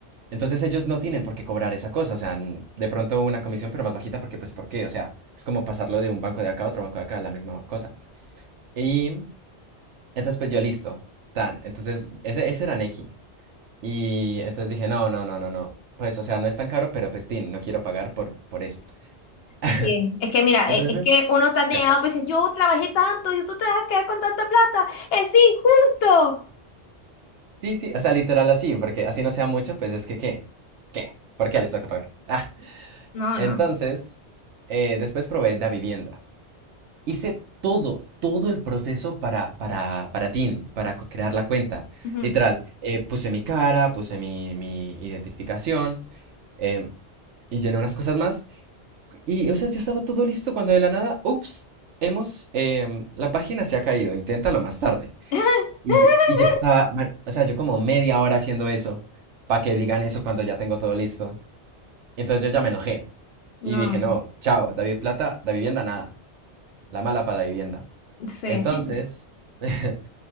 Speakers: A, on the right; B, on the left.
A: Entonces ellos no tienen por qué cobrar esa cosa, o sea, n- de pronto una comisión, pero más bajita, porque pues ¿por qué? O sea, es como pasarlo de un banco de acá a otro banco de acá, la misma cosa. Y entonces, pues yo listo, tan. Entonces, ese, ese era Neki. Y entonces dije, no, no, no, no, no. Pues, o sea, no es tan caro, pero pues, tin, no quiero pagar por, por eso. <laughs>
B: sí, es que mira,
A: Entonces,
B: e- es, que uno está negado,
A: ok.
B: pues dices, yo trabajé tanto y tú te vas a quedar con tanta plata, es injusto.
A: sí, sí, o sea, literal así, porque así no sea mucho, pues es que, ¿qué? ¿Qué? ¿Por qué les toca pagar? Ah,
B: No,
A: entonces,
B: no.
A: eh, después probé Da Vivienda. Hice todo, todo el proceso para, para, para Tin, para co- crear la cuenta.
B: Ujú.
A: Literal, eh, puse mi cara, puse mi, mi identificación, em, y llené unas cosas más. Y, o sea, ya estaba todo listo cuando de la nada, ups, hemos, em, la página se ha caído, inténtalo más tarde.
B: <laughs>
A: Y, yo- y ya estaba, ma- o sea, yo como media hora haciendo eso, para que digan eso cuando ya tengo todo listo. y Entonces yo ya me enojé
B: No.
A: y dije, no, chao, David Plata, da vivienda nada, la mala para vivienda.
B: Sí.
A: Entonces, <laughs>